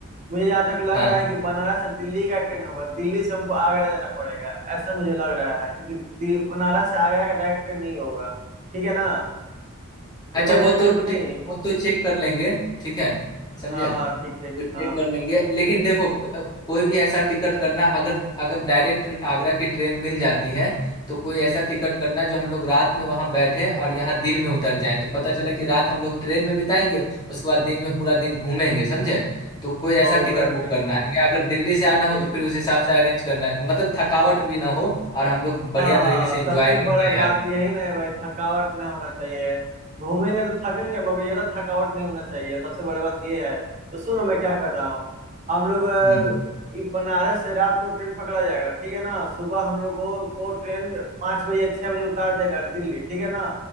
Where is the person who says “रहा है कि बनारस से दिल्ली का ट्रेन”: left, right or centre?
Right